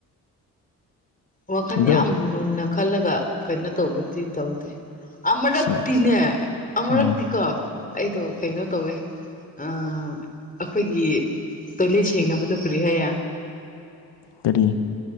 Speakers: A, on the left (about 20°); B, on the left (about 65°).
A: ꯋꯥꯈꯜ
B: ꯑꯗꯨꯝ
A: ꯌꯥꯝ ꯃꯨꯟꯅ ꯈꯜꯂꯒ ꯀꯩꯅꯣ ꯇꯧꯕꯗꯤ ꯇꯧꯗꯦ ꯑꯃꯨꯔꯛꯇꯤꯅꯦ
B: ꯁꯦꯁ
A: ꯑꯃꯨꯔꯛꯇꯤꯀꯣ
B: ꯎꯝ
A: ꯑꯩꯗꯣ ꯀꯩꯅꯣ ꯇꯧꯋꯦ ꯑꯥ ꯑꯈꯣꯏꯒꯤ ꯇꯣꯏꯂꯦꯠ ꯁꯦꯡꯅꯕꯗꯣ ꯀꯔꯤ ꯍꯥꯏ
B: ꯀꯔꯤ